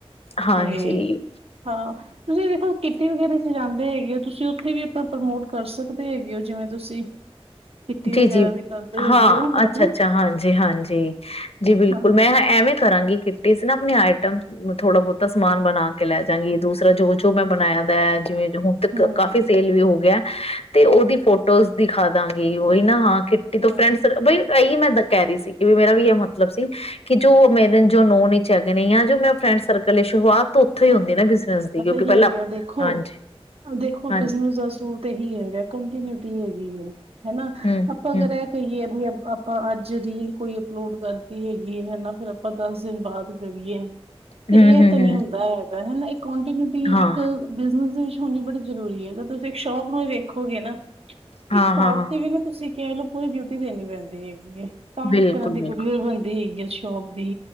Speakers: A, on the left (about 70°); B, on the right (about 70°).
A: ਹਾਂਜੀ,
B: ਤੇ ਹਾਂ ਤੁਸੀਂ ਵੇਖੋ ਕਿੱਟੀ ਵੇਗਾਰਾ ਚ ਜਾਂਦੇ ਹੈਗੇ ਹੋ ਤੁਸੀਂ ਉੱਥੇ ਵੀ ਆਪਣਾ ਪ੍ਰਮੋਟ ਕਰ ਸਕਦੇ ਹੈਗੇ ਹੋ ਜਿਵੇਂ ਤੁਸੀਂ ਕਿੱਟੀ
A: ਜੀ
B: ਵਗੈਰਾ
A: ਜੀ
B: ਵੀ ਕਰਦੇ ਹੈਗੇ
A: ਹਾਂ
B: ਹੋ
A: ਅੱਛਾ
B: ਹਨਾ
A: ਅੱਛਾ ਹਾਂਜੀ ਹਾਂਜੀ ਜੀ ਬਿਲਕੁਲ
B: ਹਾਂ
A: ਮੈਂ ਐਵੇਂ ਕਰਾਂਗੀ ਕਿੱਟੀ ਚ ਨਾ ਆਪਣੀ ਆਈਟਮ ਥੋੜਾ ਬਹੁਤਾ ਸਮਾਨ ਬਣਾ ਕੇ ਲੈ ਜਾਂਗੀ ਦੂਸਰਾ ਜੋ ਜੋ ਮੈਂ ਬਣਾਇਆ ਪਿਆ ਹੈ ਜਿਵੇਂ ਹੁਣ ਤ
B: ਹਮ
A: ਕਾਫ਼ੀ ਸੇਲ ਵੀ ਹੋ ਗਿਆ ਤੇ ਉਹਦੀ ਫੋਟੋਜ਼ ਦਿਖਾ ਦਾਂ ਉਹੀ ਨਾ ਹਾਂ ਕਿੱਟੀ ਤੋਂ
B: ਹਮ
A: ਫਰੈਂਡ ਬ ਇਈ ਮੈਂ ਕਹਿ ਰਹੀ ਸੀ ਕਿ ਮੇਰਾ ਵੀ ਇਹ ਮਤਲਬ ਸੀ ਕਿ ਜੋ ਮੇਰੇ ਜੋ ਨੋਨ ਚ ਹੈਗੇ ਨੇ ਜਾਂ ਜੋ ਮੇਰਾ ਫਰੈਂਡ ਸਰਕਲ ਸ਼ੁਰੂਆਤ ਤੋਂ ਉੱਥੋਂ ਹੀ ਹੁੰਦੀ ਏ ਨਾ ਬਿਜਨਸ ਦੀ
B: ਪਤਾ
A: ਕਿਉਂਕਿ
B: ਹੀ
A: ਪਹਿਲਾਂ
B: ਹੈਗਾ ਦੇਖੋ
A: ਹਾਂਜੀ
B: ਦੇਖੋ
A: ਹਾਂਜੀ
B: ਬਿਜਨਸ ਦਾ ਸਰੂਤ ਇਹੀ ਹੈਗਾ ਕੰਟੀਨਿਊਟੀ ਹੈਗੀ ਹੈ ਹੈਨਾ
A: ਹਮ
B: ਆਪਾਂ
A: ਹਮ
B: ਅਗਰ ਇਹ ਕਹੀਏ <unintelligible> ਆਪਾਂ ਅੱਜ ਰੀਲ ਕੋਈ ਅਪਲੋਡ ਕਰਦੀ ਹੈਗੀ ਹੈ ਹੈਨਾ ਫਿਰ ਆਪਾਂ ਦੱਸ ਦਿਨ ਬਾਅਦ ਕਰਈਏ ਤੇ
A: ਹਮ
B: ਇਹ
A: ਹਮ
B: ਤੇ ਨਹੀਂ
A: ਹਮ
B: ਹੁੰਦਾ ਹੈ ਮ ਨਾ <unintelligible> <unintelligible> ਇਕ
A: ਹਾਂ
B: ਬਿਜਨਿਸ ਦੇ ਵਿੱਚ ਹੋਣੀ ਬੜੀ ਜ਼ਰੂਰੀ ਹੈ ਅਗਰ ਤੁਸੀਂ ਇੱਕ ਸ਼ੋਪ ਨੂੰ ਹੀ ਵੇਖੋਗੇ ਨਾ
A: ਹਾਂ
B: ਇੱਕ ਸ਼ੋਪ
A: ਹਾਂ ਹਾਂ
B: ਤੇ ਵੀ ਨਾ ਤੁਸੀਂ ਕਹਿ ਲਓ ਪੂਰੀ ਡਿਊਟੀ ਦੇਣੀ ਪੈਂਦੀ ਹੈ <unintelligible> ਤਾਂ
A: ਬਿਲਕੁਲ
B: ਇੱਕ ਤਰ੍ਹਾਂ ਦੀ
A: ਬਿਲਕੁਲ
B: ਕੁਠਵਲ ਬਣਦੀ ਹੈਗੀ ਹੈ ਸ਼ੋਪ ਦੀ